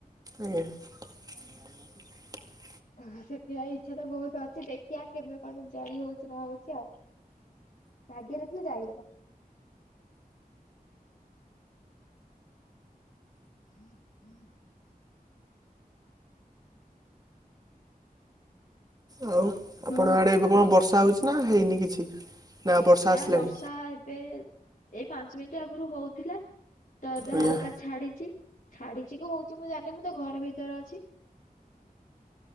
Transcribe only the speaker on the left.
ତ ସେଥିପାଇଁ ଇଚ୍ଛା ତ ବହୁତ ଅଛି ଦେଖିବା କେବେ କଣ ଯାଇ ହଉଛି ନହଉଛି ଆଉ। ଭାଗ୍ୟରେ ଥିଲେ ଯାଇହବ। <unintelligible>
ହ୍ୟାଲୋ
ନା
ବର୍ଷା ଏବେ ଏଇ ପାଞ୍ଚ ମିନିଟ ଆଗରୁ ହଉଥିଲା ତ ଏବେ
ହାଲକା ଛାଡିଛି, ଛାଡିଛି କି ହଉଛି ମୁଁ ଜାଣିନି ମୁଁ ତ ଘର ଭିତରେ ଅଛି।